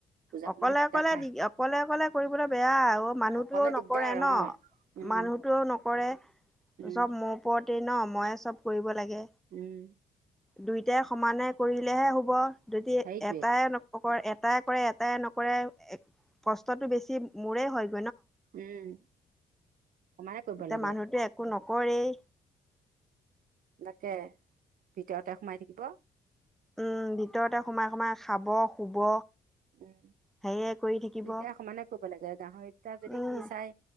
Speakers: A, on the right; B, in the centre.
A: পূজা
B: অকলে
A: সময়ত দুটা
B: অকলে
A: খাই
B: দি অকলে অকলে কৰিবলৈ বেয়া অ মানুহটোও
A: অকলে
B: নকৰে
A: দিগদাৰ
B: ন
A: অ উম
B: মানুহটোও নকৰে।
A: উম
B: চব মোৰ ওপৰত ন ময় চব কৰিব লাগে
A: উম
B: দুইটাই সমানে কৰিলেহে হব যদি
A: সেইটোৱে
B: এটাই নক এটাই প ইয়াত নকৰে নকৰে কষ্টতটো বেছি মোৰে হয়
A: উম সমানে কৰিব
B: এতিয়া
A: লাগে
B: মানুহতো একো নক নকৰেই
A: তাকে ভিতৰতে সোমাই থাকিব
B: উম ভিতৰতে সোমাই সোমাই খাব শুব
A: উম
B: হেৰিয়ে কৰি থাকিব
A: এতিয়া সমানে কৰিব লাগে গাহৰিত তা যদি
B: উম
A: সি চাই